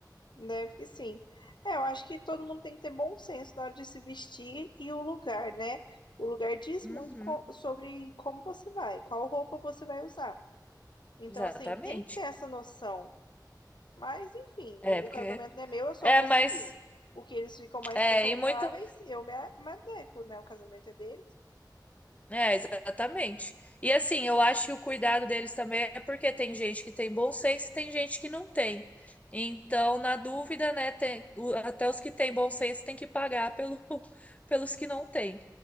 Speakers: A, on the left; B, on the left.
A: deve que sim. É, eu acho que todo mundo tem que ter bom senso na hora de se vestir e o lugar, né? O lugar diz
B: Uhum,
A: muito co- sobre como você vai, qual roupa você vai usar. Então,
B: exatamente.
A: assim, tem que ter essa noção. Mas, enfim,
B: É,
A: o,
B: porque.
A: o casamento não é meu, eu só
B: É,
A: vou
B: mas.
A: seguir. O que eles ficam mais
B: É,
A: confortáveis,
B: e muita.
A: eu me, a- me adequo, né? O casamento é deles.
B: É, exatamente. E assim, eu acho que o cuidado deles também é porque tem gente que tem bom senso e tem gente que não tem. Então, na dúvida, né, tem- o- até os que têm bom senso têm que pagar pelo, <laughs> pelos que não têm.